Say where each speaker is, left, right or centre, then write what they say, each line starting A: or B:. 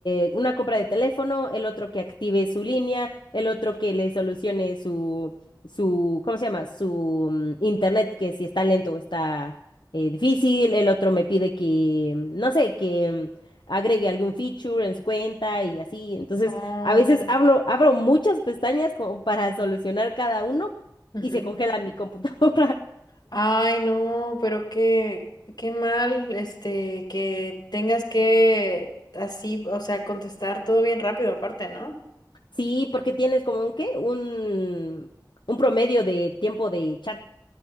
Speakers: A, on the left; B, on the left.
A: eh, una compra de teléfono, el otro que active su línea, el otro que le solucione su, su, ¿cómo se llama? Su mm, internet, que si está lento o está eh, difícil, el otro me pide que, mm, no sé, que mm, agregue algún feature en su cuenta y así. Entonces,
B: Ah,
A: a veces hablo abro muchas pestañas como para solucionar cada uno
B: ujú.
A: y se congela mi computadora. <laughs>
B: Ay, no, pero qué, qué mal, este, que tengas que así, o sea, contestar todo bien rápido aparte, ¿no?
A: Sí, porque tienes como un qué, un, un promedio de tiempo de chat.